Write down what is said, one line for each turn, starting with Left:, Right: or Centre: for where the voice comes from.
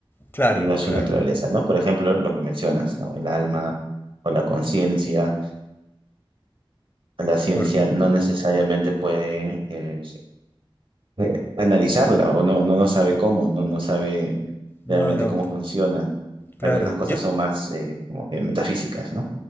Left: claro,
Right: debido a su
Left: claro.
Right: naturaleza, ¿no? Por ejemplo, lo que mencionas, ¿no? El alma o la conciencia. La ciencia
Left: Corre.
Right: no necesariamente puede eh, eh, analizarla o no, no, no sabe cómo, no, no sabe
Left: No,
Right: realmente
Left: no,
Right: cómo funciona.
Left: claro.
Right: Algunas cosas
Left: Yo,
Right: son más eh, como que metafísicas, ¿no?